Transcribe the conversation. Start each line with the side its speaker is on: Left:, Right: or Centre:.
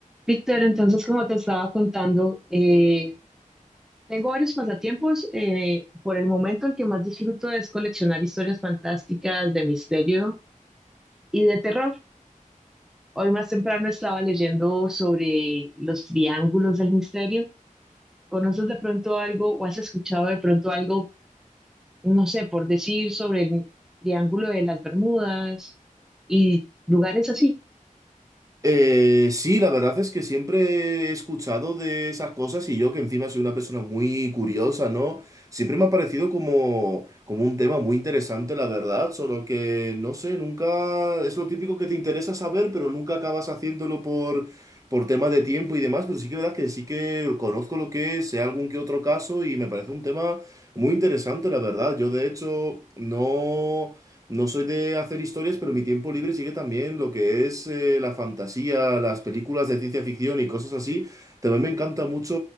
Centre: Víctor, entonces, como te estaba contando, eh, tengo varios pasatiempos. eh, por el momento, el que más disfruto es coleccionar historias fantásticas de misterio y de terror. Hoy más temprano estaba leyendo sobre los triángulos del misterio. ¿Conoces de pronto algo o has escuchado de pronto algo, no sé, por decir sobre el triángulo de las Bermudas y lugares así?
Right: Eh, sí, la verdad es que siempre he escuchado de esas cosas y yo que encima soy una persona muy curiosa, ¿no? Siempre me ha parecido como, como un tema muy interesante, la verdad, solo que no sé, nunca es lo típico que te interesa saber, pero nunca acabas haciéndolo por, por tema de tiempo y demás, pero sí que es verdad que sí que conozco lo que es, sé algún que otro caso y me parece un tema muy interesante, la verdad. Yo de hecho no... No soy de hacer historias, pero mi tiempo libre sigue también lo que es eh, la fantasía, las películas de ciencia ficción y cosas así. También me encanta mucho,